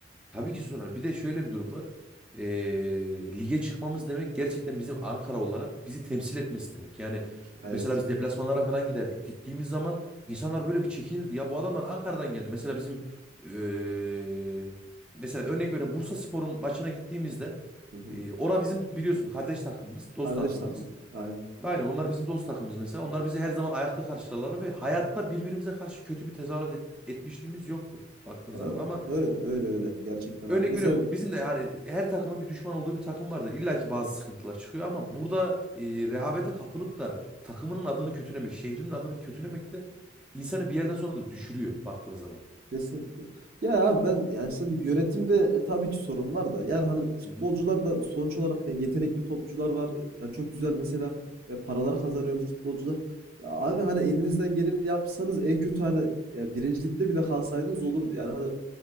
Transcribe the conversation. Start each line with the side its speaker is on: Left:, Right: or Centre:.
Centre: Tabii ki sorar. Bir de şöyle bir durum var. Ee, lige çıkmamız demek gerçekten bizim Ankara olarak bizi temsil etmesi demek. Yani
Right: Evet.
Centre: mesela biz deplasmanlara falan giderdik. Gittiğimiz zaman insanlar böyle bir çekinirdi. Ya bu adamlar Ankara'dan geldi. Mesela bizim ee, mesela örnek veriyorum Bursaspor'un maçına gittiğimizde
Right: Hı hı.
Centre: ee, ora bizim biliyorsun kardeş takımımız, dost
Right: Kardeş
Centre: takımımız.
Right: takım. Aynen.
Centre: Aynen onlar bizim dost takımımız mesela. Onlar bizi her zaman ayakta karşılarlar ve hayatta birbirimize karşı kötü bir tezahürat et- etmişliğimiz yoktur baktığın zaman
Right: Ya,
Centre: ama
Right: ö- öyle öyle gerçekten abi.
Centre: Örnek
Right: Mesela
Centre: veriyorum bizim de yani her takımın bir düşman olduğu bir takım vardır. İlla ki bazı sıkıntılar çıkıyor ama burada e, rehavete kapılıp da takımının adını kötülemek, şehrinin adını kötülemek de insanı bir yerden sonra da düşürüyor baktığın zaman.
Right: kesinlikle. Ya abi ben yani sen yönetimde e, tabii ki sorun var da yani hani futbolcular
Centre: Hı hı,
Right: da sonuç olarak yani yetenekli topçular var. Yani çok güzel mesela e, paralar kazanıyor bu futbolcular. Ya abi hani elinizden geleni yapsanız en kötü hani ya birincilikte bile kalsaydınız olurdu. Yani hani